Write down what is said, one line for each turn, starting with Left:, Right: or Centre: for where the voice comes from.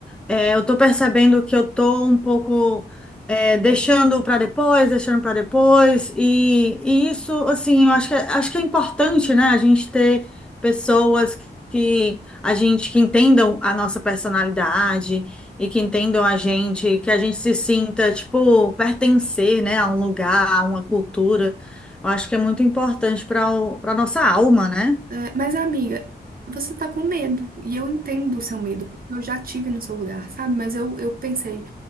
Centre: É, eu tô percebendo que eu tô um pouco é, deixando para depois, deixando para depois, e, e isso, assim, eu acho que, é- acho que é importante, né, a gente ter pessoas que a gente que entendam a nossa personalidade e que entendam a gente, que a gente se sinta, tipo, pertencer, né, a um lugar, a uma cultura. Eu acho que é muito importante para para nossa alma, né?
Right: É, mas, amiga, você tá com medo. E eu entendo o seu medo, porque eu já tive no seu lugar, sabe? Mas eu, eu pensei,